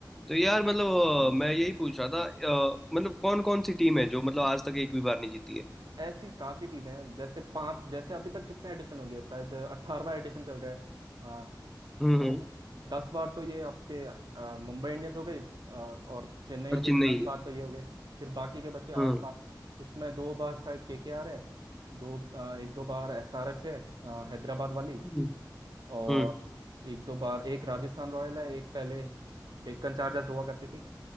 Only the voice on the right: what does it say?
हम्म।
ऐसी काफी टीमें हैं जैसे पांच जैसे अभी तक कितने एडिशन हो गए शायद अट्ठारहवा एडिशन चल रहा है हाँ,
तो
दस बार तो ये आपके अ, मुंबई इंडियंस हो गई अ, और चेन्नई हो
गई
दस
बार तो ये हो गए फिर बाकी के बचे आठ
बार उसमें दो बार शायद के के आर है दो अ, एक दो बार एस आर एच है अ, हैदराबाद वाली
और
एक दो बार एक राजस्थान रॉयल है एक पहले डेक्कन चार्जर्स हुआ करती थी